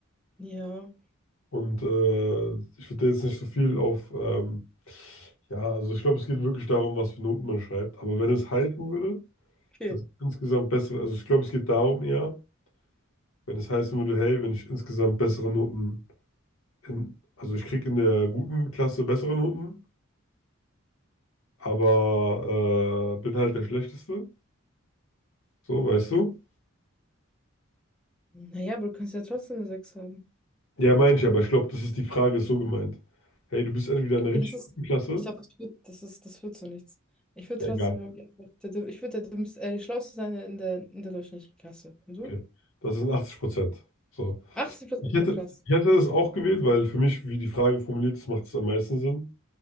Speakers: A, in the centre; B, on the left (about 65°).
A: Ja,
B: Und äh, ich würde da jetzt nicht so viel auf, ähm, ja, also ich glaube, es geht wirklich darum, was für Noten man schreibt. Aber wenn es halten würde,
A: okay.
B: das ist insgesamt bessere, also ich glaube, es geht darum eher, wenn es heißen würde, hey, wenn ich insgesamt bessere Noten in, also ich kriege in der guten Klasse bessere Noten, aber äh, bin halt der Schlechteste, so, weißt du?
A: Naja, aber du kannst ja trotzdem eine 6 haben.
B: Ja, meine ich, aber ich glaube, das ist die Frage, ist so gemeint. Hey, du bist entweder
A: Okay,
B: in der richtig
A: das ist.
B: guten Klasse,
A: Ich glaube, das wird, das ist, das wird so nichts. Ich würde
B: ja,
A: trotzdem
B: egal,
A: irgendwie einfach der, Dü- ich würde der Dümmste, äh, die Schlauste sein in der, in der durchschnittlichen Klasse. Und du?
B: okay, das sind 80 Prozent. so
A: 80 plus,
B: Ich
A: okay,
B: hätte,
A: krass.
B: ich hätte das auch gewählt, weil für mich, wie die Frage formuliert ist, macht es am meisten Sinn.